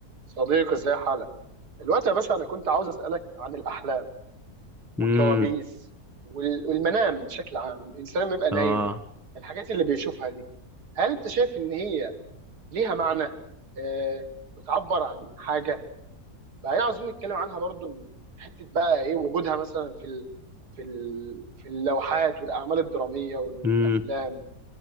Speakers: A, on the right; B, in the centre.
A: صديقي ازاي حالك الوقت يا باشا انا كنت عاوز اسالك عن الاحلام والكوابيس
B: امم
A: وال- والمنام بشكل عام الانسان لما يبقى
B: اه
A: نايم الحاجات اللي بيشوفها دي هل انت شايف ان هي ليها معنى آه بتعبر عن حاجه بعدين عاوزين نتكلم عنها برضو من حته بقى ايه وجودها مثلا في ال... في ال... في اللوحات والاعمال الدراميه والافلام
B: امم